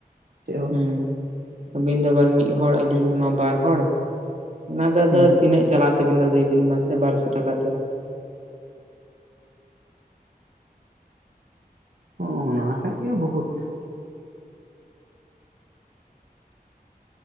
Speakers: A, on the right; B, on the right.
A: ᱦᱚᱸ
B: ᱦᱩᱸ ᱟᱹᱵᱤᱱ ᱫᱚ ᱟᱵᱟᱨ ᱢᱤᱫ ᱦᱚᱲ᱾ ᱟᱹᱞᱤᱧ ᱫᱚᱢᱟ ᱵᱟᱨ ᱦᱚᱲ᱾ ᱚᱱᱟ ᱫᱚ ᱟᱫᱚ
A: ᱵᱟᱝ
B: ᱛᱤᱱᱟᱹᱜ ᱪᱟᱞᱟᱜ ᱛᱟᱹᱵᱤᱱᱟ ᱞᱟᱹᱭ ᱵᱤᱱ ᱢᱟᱥᱮ ᱵᱟᱨᱚᱥᱚ ᱴᱟᱠᱟ ᱛᱮ᱾
A: ᱚ ᱚᱱᱟ ᱠᱷᱟᱡ ᱜᱮ ᱵᱚᱦᱩᱛ᱾